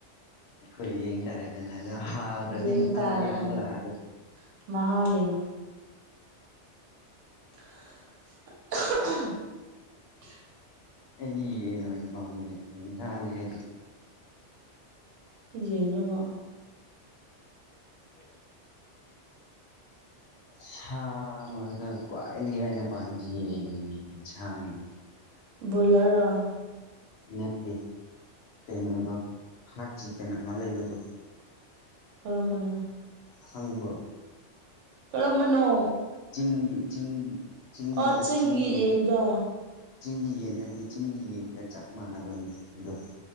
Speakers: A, on the left; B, on the right.
A: ꯍꯣꯏ ꯌꯦꯡ ꯇꯥꯔꯦ ꯗꯅ ꯑꯗꯨ ꯍꯥꯎꯗ꯭ꯔꯗꯤ
B: ꯌꯦꯡ
A: ꯃꯊꯪꯗꯗꯤ
B: ꯇꯥꯔꯦ
A: ꯑꯃꯨꯛ
B: ꯑꯥ
A: ꯂꯥꯛꯑ
B: ꯃꯍꯥꯎ ꯌꯦꯡ <unintelligible>
A: ꯑꯗꯤ ꯌꯦꯟꯅ ꯅꯣꯏꯅ ꯄꯥꯝꯃꯦ ꯌꯦꯟ ꯆꯥꯅꯤ ꯅꯩꯗꯤ
B: ꯌꯦꯟ ꯗꯨꯕꯨ
A: ꯍꯣꯏ
B: <unintelligible>
A: ꯁꯥ ꯑꯃꯗ ꯈ꯭ꯋꯥꯏꯗꯒꯤ ꯑꯩꯅ ꯄꯥꯟꯃꯤꯁꯤ ꯌꯦꯟꯅꯤꯅꯦ ꯌꯦꯟꯁꯥꯅꯤꯅꯦ
B: ꯕꯣꯏꯂꯔ ꯔꯣ
A: ꯅꯠꯇꯦ ꯀꯩꯅꯣꯗ ꯍꯥꯔꯠ ꯆꯤꯀꯟ ꯑꯃ ꯂꯩꯕꯗꯣ
B: ꯀꯔꯝꯕꯅꯣ
A: ꯊꯪꯕ <inaudible>
B: ꯀꯔꯝꯕꯅꯣ
A: ꯆꯤꯡꯒꯤ ꯆꯤꯡ ꯆꯤꯡꯒ
B: ꯑꯣ
A: ꯆꯤꯡꯒꯤ
B: ꯌꯦꯟꯗꯣ
A: ꯆꯤꯡꯒꯤ ꯌꯦꯟ ꯅꯠꯇꯦ ꯆꯤꯡꯒꯤ ꯌꯦꯟꯒ ꯆꯞ ꯃꯥꯟꯅꯕꯅꯤ ꯑꯗꯣ